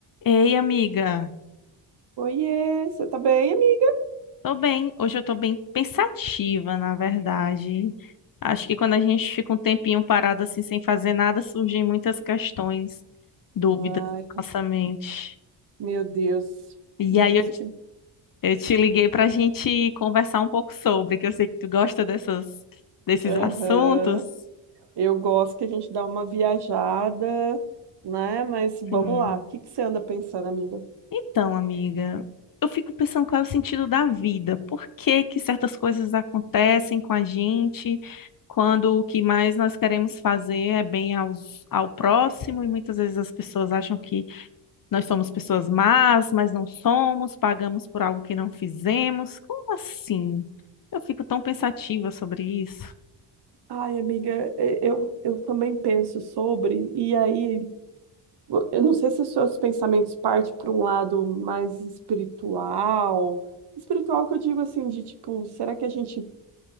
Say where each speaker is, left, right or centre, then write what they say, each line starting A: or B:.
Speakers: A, on the left; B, on the right.
A: Ei, amiga,
B: Oiê, você tá bem, amiga?
A: tô bem. Hoje eu tô bem pensativa, na verdade. Acho que quando a gente fica um tempinho parado assim, sem fazer nada, surgem muitas questões, dúvidas
B: Ai,
A: na nossa mente.
B: meu Deus.
A: E
B: Me
A: aí
B: diz
A: eu, te-
B: o que.
A: eu te liguei pra gente conversar um pouco sobre, que eu sei que tu gosta dessas, desses
B: Aham.
A: assuntos.
B: Eu gosto que a gente dá uma viajada, né? Mas vamos
A: Sim.
B: lá. O que que você anda pensando, amiga?
A: Então, amiga, eu fico pensando qual é o sentido da vida, por que que certas coisas acontecem com a gente, quando o que mais nós queremos fazer é bem aos, ao próximo, e muitas vezes as pessoas acham que nós somos pessoas más, mas não somos, pagamos por algo que não fizemos. Como assim? Eu fico tão pensativa sobre isso.
B: Ai, amiga, e- eu, eu também penso sobre, e aí, vo- eu não sei se os seus pensamentos partem para um lado mais espiritual. Espiritual que eu digo assim, de tipo, será que a gente